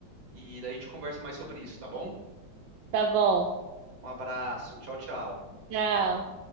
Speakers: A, on the right; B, on the right.
A: e daí a gente conversa mais sobre isso, tá bom?
B: Tá bom.
A: Um abraço, tchau, tchau.
B: Tchau.